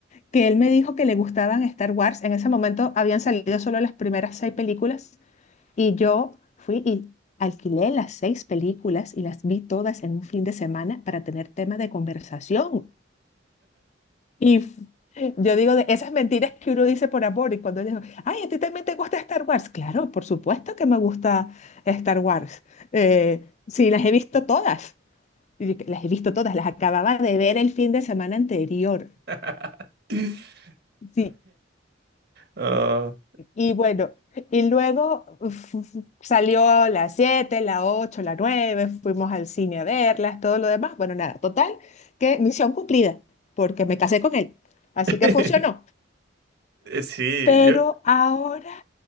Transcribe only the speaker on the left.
que él me dijo que le gustaban Star Wars. En ese momento habían salido solo las primeras seis películas y yo fui y alquilé las seis películas y las vi todas en un fin de semana para tener tema de conversación. Y f- yo digo de esas mentiras que uno dice por amor y cuando digo, ay, ¿a ti también te gusta Star Wars? Claro, por supuesto que me gusta Star Wars. Eh, sí, las he visto todas. Y yo, Las he visto todas, las acababa de ver el fin de semana anterior.
Sí,
Y bueno, y luego <laughs> uf, uf, salió a las 7, las 8, las 9, fuimos al cine a verlas, todo lo demás. Bueno, nada, total, que misión cumplida, porque me casé con él. Así
que funcionó.
Pero
ahora